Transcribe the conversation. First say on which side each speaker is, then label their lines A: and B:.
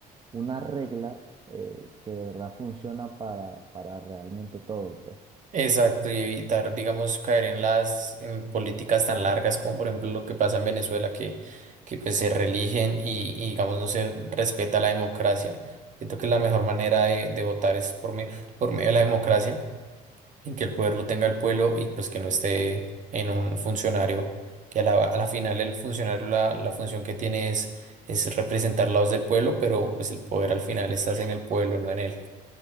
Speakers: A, on the right; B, on the right.
A: una regla eh, que de verdad funciona para, para realmente todo, pues.
B: Exacto, y evitar, digamos, caer en las en políticas tan largas como por ejemplo lo que pasa en Venezuela, que, que pues se reeligen y, y, digamos no se respeta la democracia. Siento que la mejor manera de, de votar es por medio, por medio de la democracia, en que el poder lo tenga el pueblo y pues que no esté en un funcionario, que a la, a la final el funcionario la, la función que tiene es, es representar la voz del pueblo, pero pues el poder al final estás en el pueblo, no en él.